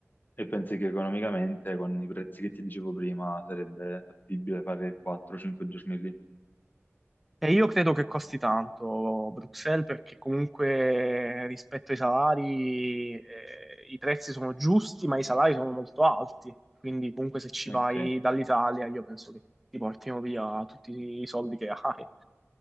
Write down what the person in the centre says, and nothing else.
E io credo che costi tanto Bruxelles perché comunque rispetto ai salari eh, i prezzi sono giusti, ma i salari sono molto alti. Quindi comunque se ci
vai dall'Italia io penso che ti portino via tutti i soldi che hai.